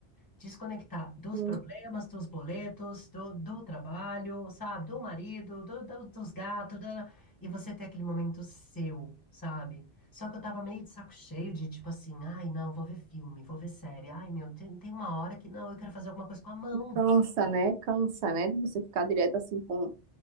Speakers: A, on the left; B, on the right.
A: Desconectar dos
B: Hum,
A: problemas, dos boletos, do, do trabalho, sabe? Do marido, do, do- dos gatos, da- e você ter aquele momento seu, sabe? Só que eu tava meio de saco cheio de tipo assim, ai, não, vou ver filme, vou ver série, ai, meu, tem, tem uma hora que não, eu quero fazer alguma coisa com a mão.
B: Cansa, né? Cansa, né? De você ficar direto assim com